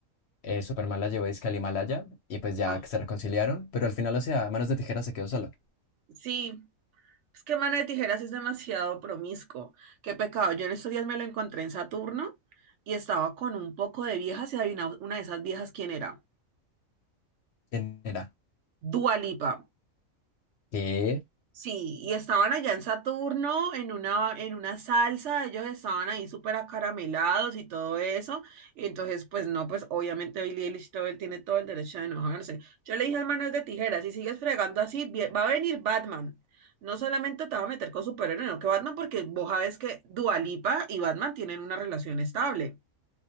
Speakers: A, on the left; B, on the right.
A: eh, Superman la llevó dizque al Himalaya y pues ya
B: ah,
A: que se reconciliaron, pero al final, o sea, Manos de Tijeras se quedó solo.
B: sí, es que Mano de Tijeras sí es demasiado promiscuo. Qué pecado. Yo en estos días me lo encontré en Saturno y estaba con un poco de viejas y adivinaba una de esas viejas quién era.
A: ¿Quién era?
B: Dua Lipa.
A: ¿Qué?
B: Sí, y estaban allá en Saturno en una, en una salsa, ellos estaban ahí súper acaramelados y todo eso. Y entonces, pues no, pues obviamente Billie Eilish todo, él tiene todo el derecho de enojarse. Yo le dije al Manuel de Tijeras, si sigues fregando así, vie- va a venir Batman. No solamente te va a meter con superhéroe, no que Batman, porque vos sabes que Dua Lipa y Batman tienen una relación estable.